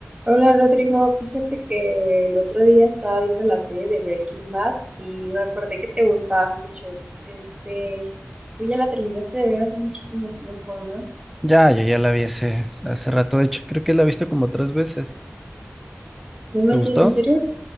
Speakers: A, on the right; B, in the centre.
A: Hola Rodrigo, fíjate que el otro día estaba viendo la serie de Breaking Bad y recordé que te gustaba mucho. Este, tú ya la terminaste de ver hace muchísimo tiempo, ¿no?
B: Ya, yo ya la vi hace, hace rato. De hecho, creo que la he visto como tres veces.
A: No manches,
B: ¿Te gustó?
A: ¿en serio?